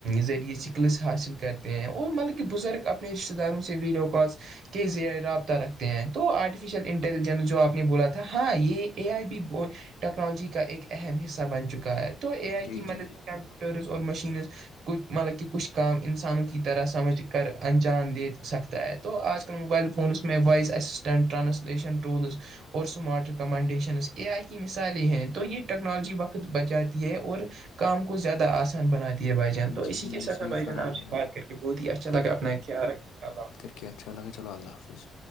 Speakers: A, on the right (about 65°); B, on the left (about 80°).
A: ذریعے سکلس حاصل کرتے ہیں اور مطلب کہ بزرگ اپنے رشتے داروں سے ویڈیو کس کے رابطہ رکھتے ہیں تو آرٹیفیشل انٹیلیجنس جو آپ نے بولا تھا ہاں یہ اے آئی بی ٹیکنالوجی کا ایک اہم حصہ بن چکا ہے تو اے آئی
B: جی
A: کی
B: جی
A: مدد سے ٹر اور مشینز کھ مطلب کہ کچھ کام انسانوں کی طرح سمجھ کر انجان دے سکتا ہے تو آج کل موبائل فونس م میں وائس ایسسٹنٹرانسلیشن ولز اور سمارٹ ریکمنڈیشن آئی مثالیں ہیں تو یہ ٹیکنالوجی وقت بچ جاتی ہے اور کام کو زیادہ آسان بنا دیا ہے بھ جان
B: جی
A: تو
B: جی
A: اسی کے
B: جی
A: ساتھ
B: صحیح
A: بھائی
B: فرما
A: جان آپ سے
B: رہے
A: بات
B: ہیں
A: کر کے بہت ہی اچھا لگا اپنا خ رکے گا اللہ حافظ
B: کیا اچھاگ چلو اللہ حافظ